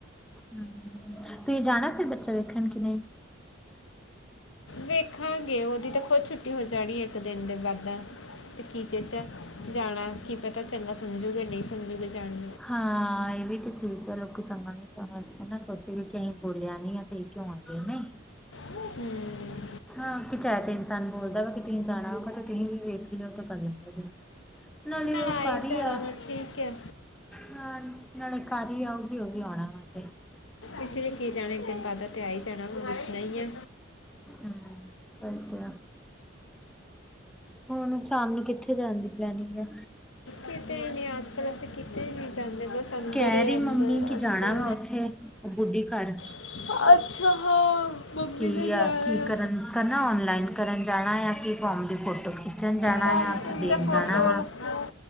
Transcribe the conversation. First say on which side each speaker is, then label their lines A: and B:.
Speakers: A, in the centre; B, on the left (about 70°).
A: ਹ ਤੁਸੀਂ ਜਾਣਾ ਫਿਰ ਬੱਚਾ ਵੇਖਣ ਕੇ ਨਹੀਂ
B: ਵੇਖਾਂਗੇ ਉਹਦੀ ਤਾਂ ਖੁਦ ਛੁੱਟੀ ਹੋ ਜਾਣੀ ਇੱਕ ਦਿਨ ਦੇ ਬਾਅਦਾਂ ਕੀਚੇ ਚ ਜਾਣਾ ਕੀ ਪਤਾ ਚੰਗਾ ਸਮਝੂਗੇ ਨਹੀਂ ਸਮਝੂਗੇ ਜਾਣਾ
A: ਹਾਂ ਇਹ ਵੀ ਤੇ ਚੀਜ਼ ਆ ਲੋਕੀ ਚੰਗਾ ਨੀ ਚਗਾ ਨਾ ਸੋਚੇ ਵੀ ਕਿ ਅਸੀਂ ਬੋਲਿਆ ਨੀ ਆ ਕਿਉਂ ਆ ਗਏ
B: ਹਮ।
A: ਹਾਂ ਕਿਚਾਇ ਤੇ ਇਨਸਾਨ ਬੋਲਦਾ ਵ ਤੁਸੀਂ ਜਾਣਾ ਹੋਗਾ ਤੇ ਤੁਸੀਂ ਵੀ ਵੇਖ ਲਿਓ ਤੇ ਕਰ ਲ ਨਾਲੇ
B: ਨਾਲ
A: ਉਹ
B: ਆ
A: ਕਰ ਹੀ
B: ਜਾਣਾ
A: ਆ
B: ਮੈਂ ਠੀਕ ਹੈ
A: ਹਾਂ ਨਾਲੇ ਘੀ ਆਉਗੀ ਉਹ ਵੀ ਆਉਣਾ ਵੈਂ
B: ਇਸ ਲਈ ਕੀ ਜਾਣਾ ਇੱਕ ਦਿਨ ਬਾਦ ਤੇ ਆ ਹੀ ਜਾਣਾ ਵੇਖਣਾ ਹੀ ਆ
A: ਹਮ ਸਹੀਕ ਆ ਹੁਣ ਸ਼ਾਮ ਨੂੰ ਕਿੱਥੇ ਜਾਣ ਦੀ ਪਲੈਨਿੰਗ ਹੈ
B: ਕਿਤੇ ਨਹੀਂੀ ਅੱਜ ਕੱਲ ਅਸੀਂ ਕਿਤੇ ਨਹੀਂ ਜਾਂਦੇ ਬਸ ਅੰਦਰ
A: ਕਹਿ
B: ਹੀ
A: ਰਹੀ
B: ਅੰਦਰ
A: ਮੰਮੀ ਕਿ
B: ਅੰਦਰ
A: ਜਾਣਾ ਵਾ ਉੱਥੇ ਬੁੱਢੀ ਘਰ
B: ਅੱਛਾ ਮੰਮੀ
A: ਕੀ
B: ਨੇ ਜਾਣਾ
A: ਆ ਕੀ ਕਰਨ ਕਰਨਾ ਔਨਲਾਈਨ ਕਰਨ ਜਾਣਾ ਆ ਕੀ ਫੋਰਮ ਦੀ ਫੋਟੋ ਖਿੱਚਣ ਜਾਣਾ
B: ਫਾਰਮ
A: ਆ
B: ਫਾਰਮ
A: ਦੇਣ
B: ਦੇ ਫੋਟੋ
A: ਜਾਣਾ ਵਾ
B: ਰੱਖੋ